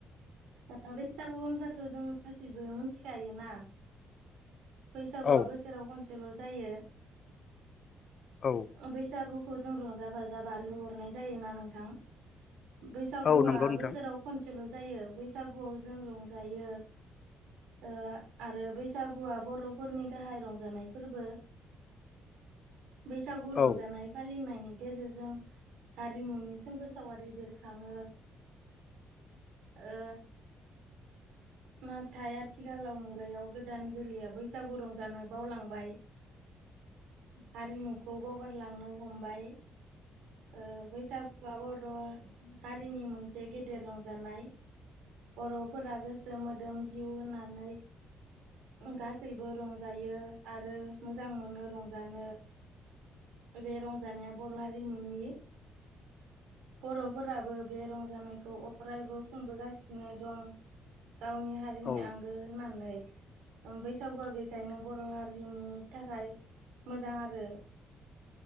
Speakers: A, on the right; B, on the left.
A: ओ बैसागो होनब्लाथ' जों गासैबो मिथिखायोना बैसागुआ
B: औ
A: बोसोराव खनसेल' जायो।
B: औ
A: बैसागुखौ जों रंजा बाजा बारहोहरनाय जायोना नोंथां। बैसागुआ
B: औ नंगौ नोंथां
A: बोसोराव खनसेल' जायो बैसागुआव जों रंजायो ओ आरो बै सागुआ बर'फोरनि गाहाय रंजानाय फोरबो। बैसागु
B: औ
A: रंजानाय फालिनायनि गेजेरजों हारिमुनि सोमखोर सावारि बेरखाङो। ओ नाथाय आथिखालाव मुगायाव गोदान जोलैया बैसागु रंजानो बावलांबाय। हारिमुखौ बावगारलांनो हमबाय। ओ बैसागुआ बर' हारिनि मोनसे गेदेर रंजानाय। बर'फोरा गोसो मोदोम जिउ होननानै गासैबो रंजायो आरो मोजां मोनो रंजानो। बे रंजानाया बर' हारिमुनि बर'फोराबो बे रंजानायखौ अरायबो खुंबोगासिनो दं। गावनि हारिनि
B: औ
A: आंगो होननानै। उम बैसागुआ बेखायनो बर' हारिनि थाखाय मोजां आरो।